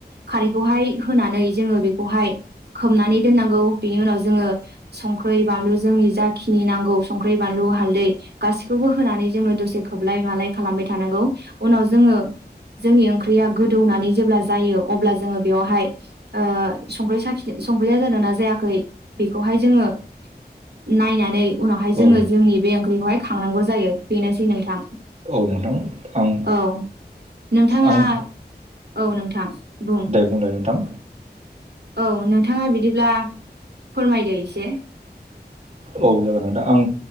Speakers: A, on the right; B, on the right.
A: खारैखौहाय होनानै जोङो बेखौहाय खोबनानै दोननांगौ बेनि उनाव जोङो। संख्रै, बानलु जोंनि जा खिनि नांगौ संख्रै, बानलु, हालदै गासैखौबो होनानै जोङो दसे खोबलाय मालाय खालामबाय थानांगौ उनाव जोङो जोंनि ओंख्रिया गोदौनानै जेब्ला जायो अब्ला जोङो बेवहाय ओ संख्रै साखिदो संख्रैया जादों ना जायाखै बेखौहाय जोङो नायनानै उनावहाय जोङो
B: औ
A: जोंनि बे ओंख्रिखौहाय खांनांगौ जायो बेनोसै नोंथां
B: औ नोंथां आं
A: औ नोंथाङा
B: आं
A: औ नोंथां बुं
B: दे बुंलाय नोंथां
A: औ नोंथाङा बिदिब्ला फोरमायदो एसे।
B: औ जागोन नोथां आं